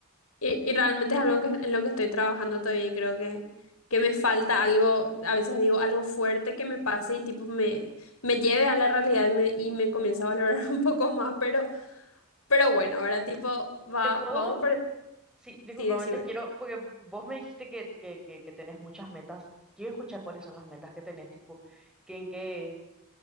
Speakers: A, on the left (about 75°); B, in the centre.
A: Y, y realmente es algo que, en lo que estoy trabajando todavía y creo que, que me falta algo, a veces digo algo fuerte que me pase y tipo me, me lleve a la realidad y me, y me comienza a valorar <laughs> un poco más, pero, pero bueno, ahora tipo va,
B: Te puedo,
A: vamos por el...
B: sí, disculpame,
A: Sí, decime,
B: te quiero, porque vos me dijiste que, que, que, que tenés muchas metas. Quiero escuchar cuáles son las metas que tenés, tipo, que en qué,